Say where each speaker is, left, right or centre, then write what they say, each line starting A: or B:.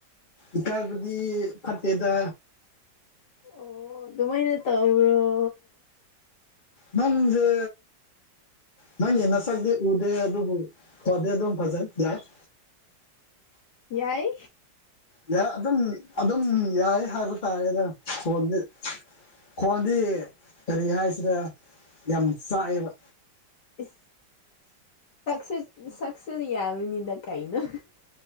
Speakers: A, on the left; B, on the left.
A: ꯏꯀꯥꯏꯕꯗꯤ ꯐꯠꯇꯦꯗ
B: ꯑꯣ ꯑꯗꯨꯃꯥꯏꯅ ꯇꯧꯕꯔꯣ
A: ꯅꯪꯖꯦ ꯅꯪꯁꯦ ꯅꯁꯛꯗꯤ ꯎꯗꯦ ꯑꯗꯨꯕꯨ ꯈꯣꯟꯗꯤ ꯑꯗꯨꯝ ꯐꯖꯩ ꯌꯥꯏ <unintelligible>
B: ꯌꯥꯏ
A: ꯌꯥ ꯑꯗꯨꯝ ꯑꯗꯨꯝ ꯌꯥꯏ ꯍꯥꯏꯕ ꯇꯥꯔꯦꯗ ꯈꯣꯟꯗꯤ ꯈꯣꯟꯗꯤ ꯀꯔꯤ ꯍꯥꯏꯁꯤꯔ ꯌꯥꯝ ꯆꯥꯛꯑꯦꯕ
B: ꯢꯁ ꯁꯛ ꯁꯛꯁꯨ ꯌꯥꯕꯅꯤꯗ ꯀꯥꯏꯅꯣ